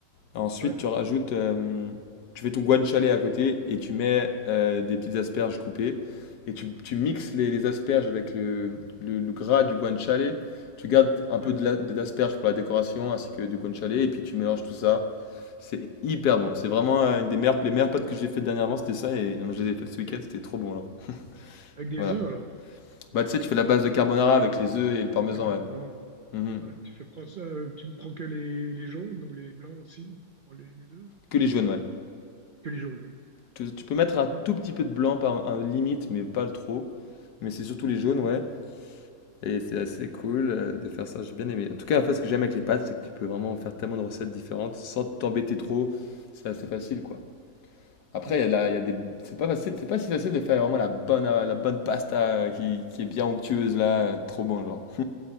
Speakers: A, on the left; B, on the right.
A: Ensuite,
B: Ouais,
A: tu rajoutes, euh, tu fais ton guanciale à côté et tu mets euh, des petites asperges coupées et tu, tu mixes
B: ouais,
A: les, les asperges avec le, le, le gras du guanciale. Tu gardes un peu
B: ouais.
A: de la- de- d'asperges pour la décoration ainsi que du guanciale et puis tu mélanges tout ça. C'est hyper bon. C'est vraiment euh, une des meilleures, les meilleures pâtes que j'ai faites dernièrement, c'était ça. Et euh, je les ai faites ce week-end,
B: Ok.
A: c'était trop bon alors.
B: Avec des
A: Voilà.
B: œufs, alors.
A: Bah, tu sais, tu fais la base de carbonara avec les œufs et le parmesan,
B: Avec la carbonara.
A: ouais.
B: Ouais.
A: Mhm.
B: Ouais, tu fais, prends- euh, tu me prends que les, les jaunes ou les blancs aussi? Pour les, les deux?
A: Que les jaunes, ouais.
B: Que les jaunes.
A: Tu, tu peux mettre un
B: hein.
A: tout petit
B: Hmm,
A: peu de blanc par un limite, mais pas le trop. Mais c'est surtout les jaunes,
B: D'accord.
A: ouais. Et c'est assez cool euh, de faire ça, j'ai bien aimé. En tout cas, après, ce que j'aime avec les pâtes, c'est que tu peux vraiment faire tellement de recettes différentes sans t'embêter trop. C'est assez facile, quoi.
B: Mhm,
A: Après, il y a la- il y a des... c'est pas facile, c'est pas si facile de faire vraiment la bonne, euh, la bonne pasta euh, qui, qui est bien onctueuse là, euh, trop bon genre.